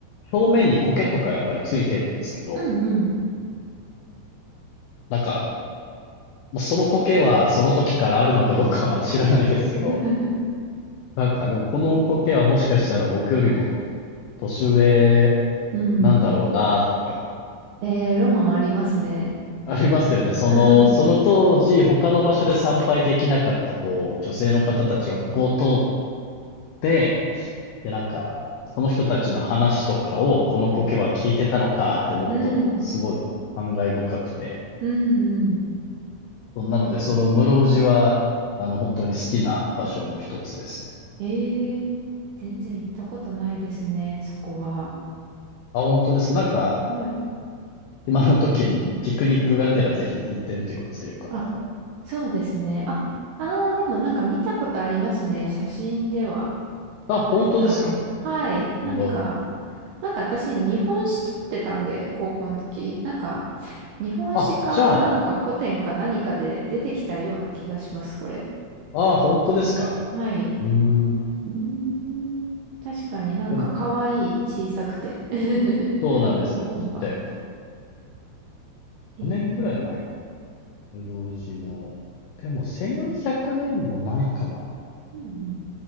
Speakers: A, on the left; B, on the right.
A: 表面に苔とかやっぱりついてるんですけど、
B: うんうん。
A: なんか、まあその苔はその時からあるのかどうかは知らないですけど、
B: <laughs>
A: なんかでもこの苔はもしかしたら僕よりも年上
B: うん。
A: なんだろうなとか、
B: えー、ロマンありますね。
A: ありますよね。その、
B: うん。
A: その当時、他の場所で参拝できなかった、こう、女性の方たちがここを通って、で、なんか、その人たちの話とかを、この苔は聞いてたのかって思うと、
B: はい。うん。
A: すごい感慨深くて。
B: うん、うん。
A: そんなので、その室生寺は、あの、本当に好きな場所の一つですね。
B: ええ全然行ったことないですね、そこは。
A: あ、本当です。なんか、
B: はい。
A: 今の時にピクニックがてらぜひ行ってみてください。よかったら。
B: あ、そうですね。あ、あー、でもなんか見たことありますね、写真では。
A: あ、本当ですか
B: はいはい。はい。なんか、
A: 室生寺。
B: なんか私、日本史取ってたんで、高校の時。なんか、日本史か、
A: あ、じゃあ、
B: なんか古典か何かで出てきたような気がします、これ。
A: あ、本当ですか。
B: はい。
A: うーん。
B: うーん。確かになんか可愛い、
A: でも、
B: 小さくて。<laughs>
A: そうなんですよ、
B: コンパクト。
A: ちっちゃい。
B: ええ
A: 何年くらい前か。室生寺の、でも1400年もないかな。
B: うんうん。